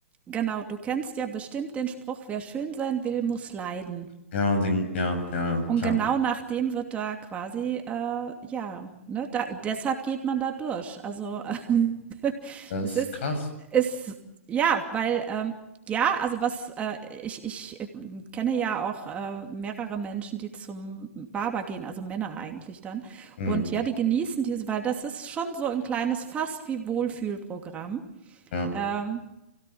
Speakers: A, on the right; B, on the left.
A: Genau. Du kennst ja bestimmt den Spruch, wer schön sein will, muss leiden.
B: Ja, den, ja, ja,
A: Und
B: klar.
A: genau nach dem wird da quasi, äh, ja, ne, da deshalb geht man da durch. Also, <laughs>
B: Das
A: das
B: ist
A: ist
B: krass.
A: ist ja, weil, ähm ja, also was, äh, ich ich, ähm, kenne ja auch, äh, mehrere Menschen, die zum Barber gehen, also Männer eigentlich dann.
B: Hm,
A: Und ja, die genießen diese weil das ist schon so ein kleines fast wie Wohlfühlprogramm.
B: ja.
A: Ähm